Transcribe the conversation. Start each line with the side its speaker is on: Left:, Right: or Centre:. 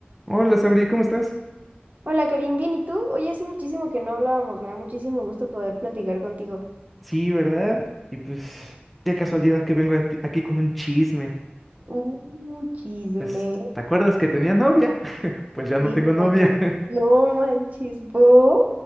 Centre: Hola, Sabri, ¿cómo estás?
Right: Hola Karim, bien, ¿y tú? Oye, hace muchísimo que no hablábamos, me da muchísimo gusto poder platicar contigo.
Centre: Sí, ¿verdad? Y pues, qué casualidad que vengo a ti- aquí con un chisme.
Right: Uh, chisme.
Centre: Pues, ¿te acuerdas que tenía novia? <laughs> Pues ya
Right: Sí,
Centre: no tengo
Right: se
Centre: novia.
Right: me acordó.
Centre: <laughs>
Right: No manches, ¿por?